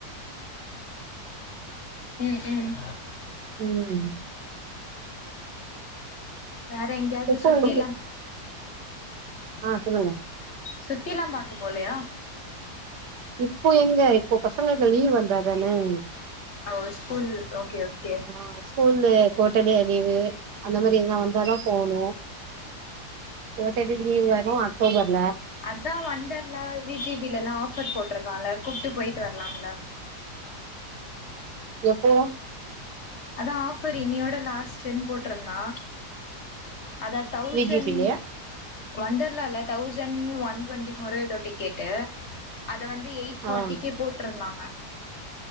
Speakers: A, on the left (about 45°); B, on the right (about 80°).
A: ம் ம்
B: ம்
A: வேற எங்கயாவது
B: எப்போ
A: சுத்திலா
B: உங்களுக்கு ஆ சொல்லுங்க
A: சுத்திலா பாக்க போலயா
B: இப்போ எங்க இப்போ பசங்களுக்கு லீவ் வந்தா தானே
A: அவ ஸ்கூல் ஓகே ஓகே
B: ஆ ஸ்கூல்லு கோட்டலி லீவு அந்த மாதிரி எதுனா வந்தா தா போனு கோட்டலி லீவ் வரு அக்டோபர்ல
A: அதா வண்டர்லா வி ஜி பில எல்லா ஆஃபர் போட்டிருக்கான்ல கூப்ட்டு போயிட்டு வரலாம்ல
B: எப்போ
A: அதா ஆஃபர் இன்னையோட லாஸ்டுன்னு போட்ருந்தா அதா தௌசண்ட்
B: வி ஜி பி லயா
A: வண்டர்லால தௌசண்ட் ஒன் டுவெண்டி ஃபோர் எதோ டிக்கெட்டு அத வந்து எயிட் ஃபார்ட்டிக்கு
B: ஆ
A: போ ட்ருந்தாங்க